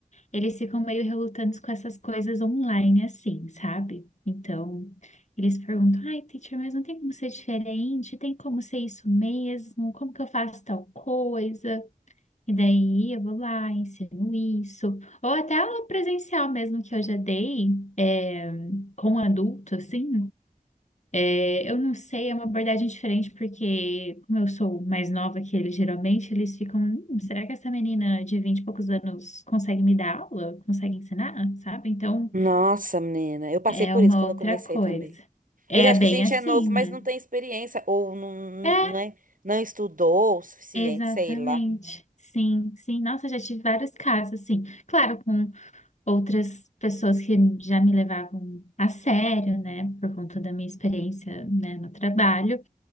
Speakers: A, on the left; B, on the right.
A: eles ficam meio relutantes com essas coisas online, assim, sabe? Então, eles perguntam: ai, teacher, mas não tem como ser diferente? Tem como ser isso mesmo? Como que eu faço tal coisa? E daí eu vou lá, ensino isso. Ou até aula presencial mesmo que eu já dei, é, com adulto, assim. É, Eu não sei, é uma abordagem diferente, porque como eu sou mais nova que eles, geralmente eles ficam, "Hum, será que essa menina de 20 e poucos anos consegue me dar aula? Consegue ensinar? Sabe? Então
B: Nossa, menina, eu passei
A: é
B: por
A: uma
B: isso quando
A: outra
B: eu comecei
A: coisa.
B: também.
A: É
B: Eles acham
A: bem
B: que a gente
A: assim,
B: é novo,
A: né?
B: mas não tem experiência, ou não,
A: É,
B: não, é, não estudou o suficiente,
A: exatamente.
B: sei lá.
A: Sim, sim. Nossa, já tive vários casos, assim. Claro, com outras pessoas que já me levavam a sério, né? Por conta da minha experiência, né, no trabalho.